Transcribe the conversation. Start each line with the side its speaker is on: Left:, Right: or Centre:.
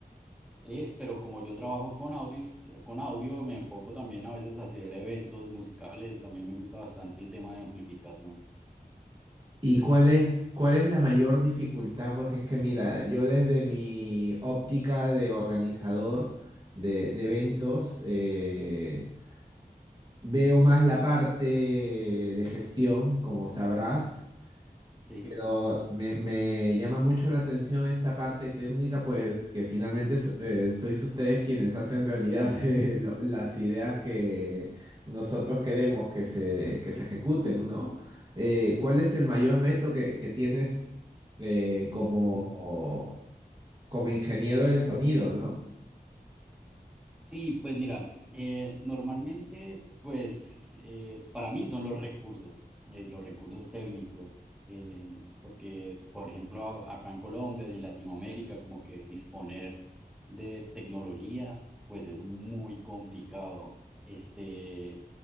Centre: Eh, pero como yo trabajo con audios, con audio, me enfoco también a veces a hacer eventos musicales. También me gusta bastante el tema de amplificación.
Right: ¿Y cuál es, cuál es la mayor dificultad? Porque es que, mira, yo desde mi óptica de organizador de, de eventos, eh, veo más la parte de gestión, como sabrás,
Centre: Sí.
Right: pero me, me llama mucho la atención esta parte técnica, pues que finalmente s- eh, sois ustedes quienes hacen realidad <laughs> eh, lo- las ideas que nosotros queremos que se, que se ejecuten, ¿no? Eh, ¿cuál es el mayor reto que, que tienes eh, como,
Centre: ujú.
Right: como ingeniero del sonido, ¿no?
Centre: Sí, pues mira, eh, normalmente, pues eh, para mí son los recursos, eh, los recursos técnicos, eh, porque, por ejemplo, a- acá en Colombia y en Latinoamérica, como que disponer de tecnología, pues es muy complicado. Este,